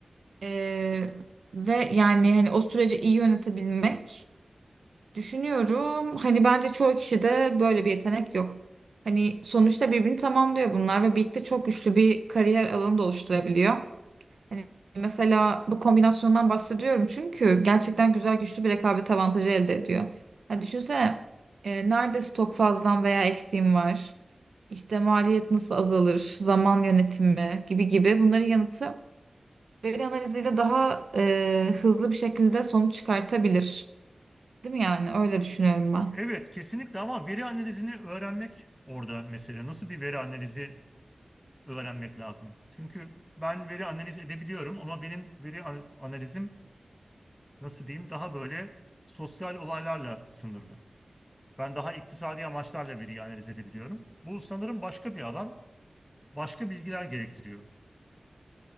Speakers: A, on the right; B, in the centre.
A: eee, ve yani hani o süreci iyi yönetebilmek düşünüyorum. Hani bence çoğu kişide böyle bir yetenek yok. Hani sonuçta birbirini tamamlıyor bunlar ve birlikte çok güçlü bir kariyer alanı da oluşturabiliyor. Hani mesela bu kombinasyondan bahsediyorum çünkü gerçekten güzel güçlü bir rekabet avantajı elde ediyor. Ya düşünsene e, nerede stok fazlan veya eksiğin var? İşte maliyet nasıl azalır? Zaman yönetimi gibi gibi bunların yanıtı veri analiziyle daha e, hızlı bir şekilde sonuç çıkartabilir. Değil mi yani? Öyle düşünüyorum ben.
B: Evet, kesinlikle ama veri analizini öğrenmek orada mesela. Nasıl bir veri analizi öğrenmek lazım. Çünkü ben veri analiz edebiliyorum ama benim veri an- analizim nasıl diyeyim daha böyle sosyal olaylarla sınırlı. Ben daha iktisadi amaçlarla veriyi analiz edebiliyorum. Bu sanırım başka bir alan, başka bilgiler gerektiriyor.